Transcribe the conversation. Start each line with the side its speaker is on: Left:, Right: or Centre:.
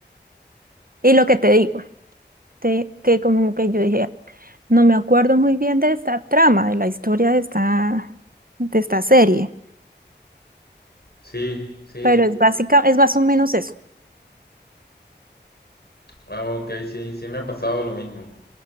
Right: Y lo que te digo, te- que como que yo dije, no me acuerdo muy bien de esta trama, de la historia de esta, de esta serie,
Left: sí, sí,
Right: pero
Left: estoy-
Right: es básica, es más o menos eso.
Left: ah, ok, sí, sí me ha pasado lo mismo.